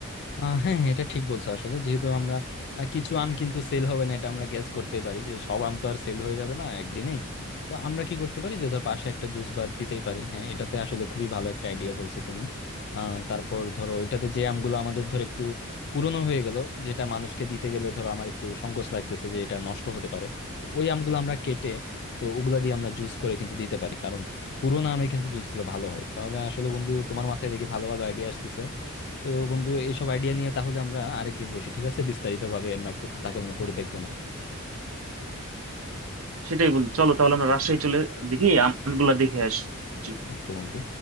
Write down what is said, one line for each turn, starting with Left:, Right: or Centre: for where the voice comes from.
Left: আহ হ্যাঁ হ্যাঁ এটা ঠিক বলছো আসলে যেহেতু আমরা আহ, কিছু আম কিন্তু সেল হবে না এটা আমরা গ্যাস করতে পারি যে সব আম তো আর সেল হয়ে যাবে না একদিনেই তো আমরা কি করতে পারি যে ধর পাশে একটা জুস বার দিতেই পারি হ্যাঁ এটাতে আসলে খুবই ভালো একটা আইডিয়া বলছো তুমি আহ তারপর ধরো এটাতে যে আমগুলো আমাদের ধর একটু পুরনো হয়ে গেল যেটা মানুষকে দিতে গেলে ধরো আমার একটু সংকোচ লাগতেছে যে এটা নষ্ট হতে পারে তো ওই আমগুলো আমরা কেটে তো ওগুলা দিয়ে আমরা জুস করে কিন্তু দিতে পারি কারণ পুরোনো আমে কিন্তু জুসগুলো ভালো হয় তাহলে আসলে বন্ধু তোমার মাথায় দেখি ভালো ভালো আইডিয়া আসতেছে তো বন্ধু এইসব আইডিয়া নিয়ে তাহলে আমরা আরেকদিন বসি ঠিক আছে বিস্তারিত ভাবে আমরা একটু খাতা কলম করে দেখবো না
Right: সেটাই বন্ধু চলো তাহলে আমরা রাজশাহী চলে দেখি আমগুলা দেখে আসি
Left: ওকে বন্ধু